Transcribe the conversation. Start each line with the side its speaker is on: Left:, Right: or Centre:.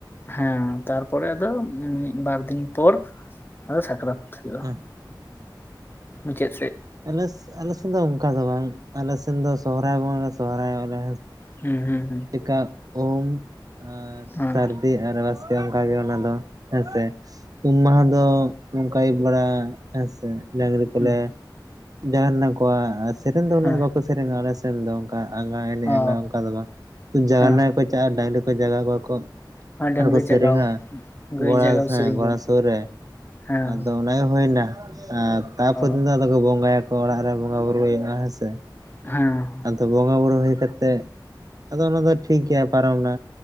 Left: ᱦᱮᱸ ᱛᱟᱨᱯᱚᱨᱮ ᱫᱚ ᱵᱟᱨ ᱫᱤᱱ ᱯᱚᱨ ᱟᱫᱚ ᱥᱟᱠᱨᱟᱛ ᱦᱩᱭᱩᱜᱼᱟ ᱫᱚ
Right: ᱚ
Left: ᱢᱩᱪᱟᱹᱫ ᱥᱮᱫ
Right: ᱟᱞ ᱟᱞᱮ ᱥᱮᱱ ᱫᱚ ᱚᱱᱠᱟ ᱫᱚ ᱵᱟᱝ ᱟᱞᱮ ᱥᱮᱱ ᱫᱚ ᱥᱚᱦᱨᱟᱭ ᱵᱚᱸᱜᱟ ᱥᱚᱦᱨᱟᱭᱚᱜ - ᱟ ᱞᱮ
Left: ᱦᱩᱸ ᱦᱩᱸ ᱦᱩᱸ
Right: ᱪᱠᱟᱢᱟᱨ
Left: ᱦᱮᱸ
Right: <inaudible> ᱟᱨ ᱵᱟᱥᱠᱮ ᱚᱱᱠᱟᱜ ᱜᱮ ᱚᱱᱟ ᱫᱚ ᱦᱮᱸ ᱥᱮ ᱩᱢ ᱢᱟᱦᱟ ᱫᱚ ᱱᱚᱝᱠᱟ ᱟᱹᱭᱩᱵ ᱵᱮᱲᱟ ᱦᱮᱸ ᱥᱮ ᱰᱟᱝᱨᱤ ᱠᱚᱞᱮ
Left: ᱦᱩᱸ
Right: ᱡᱟᱱ ᱱᱟ ᱠᱚᱣᱟ ᱥᱮᱨᱮᱧ ᱫᱚ ᱩᱱᱟᱹᱜ
Left: ᱦᱮᱸ
Right: ᱫᱚ ᱵᱟᱠᱚ ᱥᱮᱨᱮᱧᱟ ᱟᱞᱮ ᱥᱮᱱ ᱫᱚ ᱚᱱᱠᱟ ᱟᱸᱜᱟ ᱮᱱᱮᱡ
Left: ᱚ
Right: ᱚᱱᱠᱟ ᱫᱚ ᱵᱟᱝ ᱡᱟᱜᱜᱟᱼᱱᱱᱼᱟ
Left: ᱦᱮᱸ
Right: ᱠᱚ ᱪᱟᱜᱼᱟ ᱰᱟᱝᱨᱤ ᱠᱚ ᱡᱟᱜᱟᱣ ᱠᱚᱣᱟ ᱠᱚ
Left: ᱦᱮᱸ ᱰᱟᱹᱝᱨᱤ
Right: ᱟᱨᱼᱠᱚ ᱥᱮᱨᱮᱧᱟ
Left: ᱡᱟᱜᱟᱣ ᱜᱟᱹᱭ
Right: ᱜᱚᱸᱲᱟᱥᱟᱭ
Left: ᱡᱟᱜᱟᱣ ᱥᱮᱨᱮᱧ
Right: ᱜᱚᱸᱲᱟ
Left: ᱠᱚ
Right: ᱥᱩᱨ ᱨᱮ
Left: ᱦᱮᱸ
Right: ᱟᱫᱚ ᱚᱱᱟᱜᱮ ᱦᱩᱭᱱᱟ ᱟᱨ ᱛᱟᱯᱚᱨ
Left: ᱚ
Right: ᱫᱤᱱ ᱫᱚ ᱟᱫᱚ ᱠᱚ ᱵᱚᱸᱜᱟᱭᱟᱠᱚ ᱚᱲᱟᱜ ᱨᱮ ᱵᱚᱸᱜᱟ ᱵᱩᱨᱩᱭᱼᱟ ᱦᱮᱸ ᱥᱮ ᱾
Left: ᱦᱩᱸᱻ
Right: ᱟᱫᱚ ᱵᱚᱸᱜᱼᱟ ᱵᱩᱨᱩ ᱦᱩᱭ ᱠᱟᱛᱮᱫ ᱟᱫᱚ ᱚᱱᱟ ᱫᱚ ᱴᱷᱤᱠ ᱜᱮᱭᱟ ᱯᱟᱨᱚᱢᱱᱟ